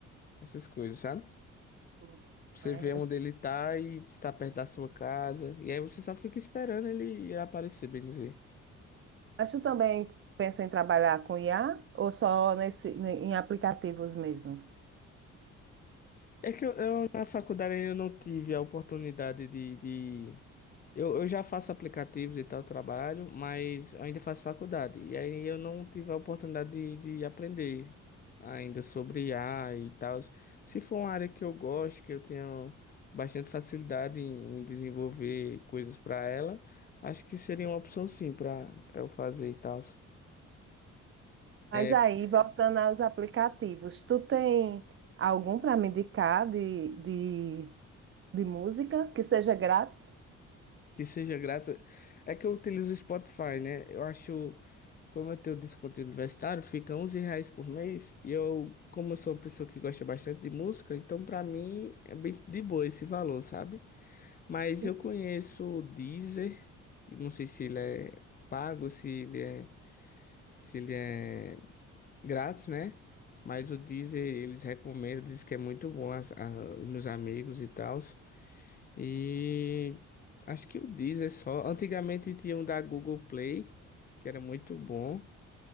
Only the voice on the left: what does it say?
essas coisas, sabe?
Você
vê onde ele tá e se tá perto da sua casa. E aí você só fica esperando ele aparecer, bem dizer.
É que eu, eu, na faculdade ainda não tive a oportunidade de, de... Eu, eu já faço aplicativos e tal, trabalho, mas ainda faço faculdade. E aí eu não tive a oportunidade de, de aprender ainda sobre I a e tal. Se for uma área que eu gosto, que eu tenho bastante facilidade em, em desenvolver coisas para ela, acho que seria uma opção sim para para eu fazer e tal.
É,
Que seja grátis. É que eu utilizo o Spotify, né? Eu acho, como eu tenho desconto universitário, fica 11 reais por mês. E eu, como eu sou uma pessoa que gosta bastante de música, então pra mim é bem de boa esse valor, sabe? Mas
eu conheço o Deezer, que não sei se ele é pago, se ele é, se ele é grátis, né? Mas o Deezer eles recomendam, dizem que é muito bom as, a- os meus amigos e tal. E acho que o Deezer é só. Antigamente tinha um da Google Play, que era muito bom.